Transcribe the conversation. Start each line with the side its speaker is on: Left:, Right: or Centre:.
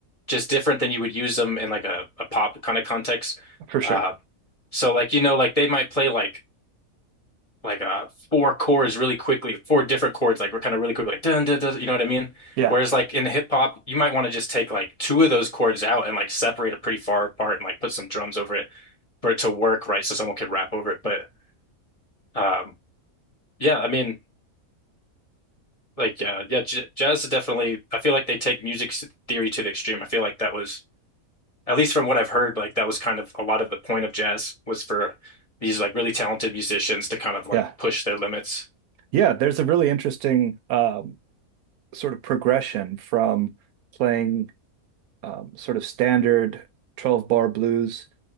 Left: just different than you would use them in like a, a pop kind of context.
Right: for sure.
Left: Uh, So like you know like they might play like like uh four chords really quickly, four different chords like we're kind of really quick like dun dun dun, you know what I mean?
Right: Yeah.
Left: Whereas like in hip hop, you might want to just take like two of those chords out and like separate it pretty far apart and like put some drums over it for it to work right so someone could rap over it. But um yeah, I mean like uh yeah, j jazz is definitely I feel like they take music s- theory to the extreme. I feel like that was at least from what I've heard like that was kind of a lot of the point of jazz was for these like really talented musicians to kind of like
Right: Yeah.
Left: push their limits.
Right: Yeah. There's a really interesting um, sort of progression from playing um, sort of standard 12 bar blues